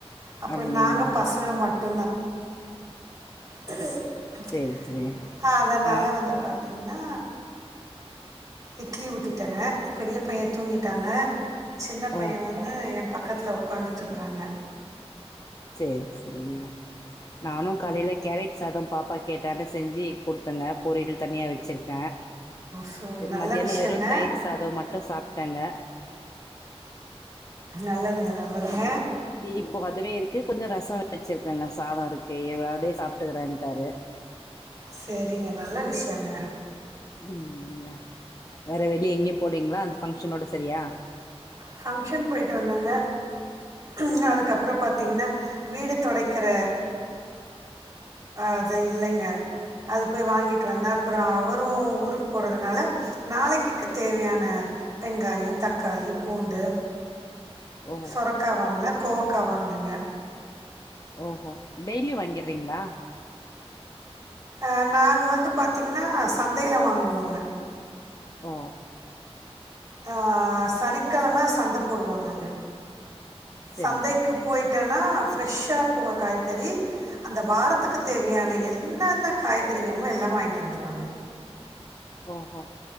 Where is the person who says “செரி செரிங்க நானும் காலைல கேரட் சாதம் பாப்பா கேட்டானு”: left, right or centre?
Left